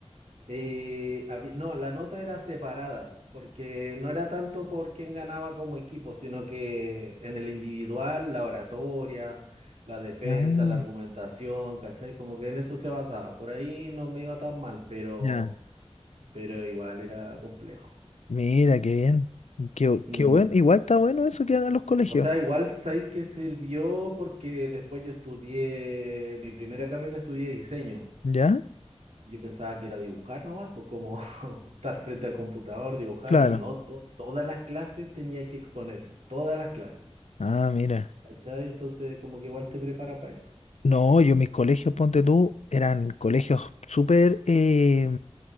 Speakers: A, on the right; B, on the left.
A: Eh, habí- no, la nota era separada, porque no era tanto por quién ganaba como equipo, sino que en el individual, la oratoria, la defensa,
B: Ah,
A: la argumentación, ¿cachai? Como que en eso se basaba. Por ahí no me iba tan mal, pero,
B: ya.
A: pero igual era complejo.
B: Mira, qué bien. Qué,
A: Mm.
B: qué bueno. Igual está bueno eso que hagan los colegios.
A: O sea, igual sé que sirvió porque después yo estudié, mi primera carrera estudié diseño.
B: ¿Ya?
A: Yo pensaba que era dibujar nomás, pues como <laughs> estar frente al computador, dibujar,
B: Claro.
A: y no, to- todas las clases tenía que exponer, todas las clases,
B: Ah, mira.
A: ¿cachai? Entonces, como que igual te prepara para eso.
B: No, yo mis colegios, ponte tú, eran colegios súper eh,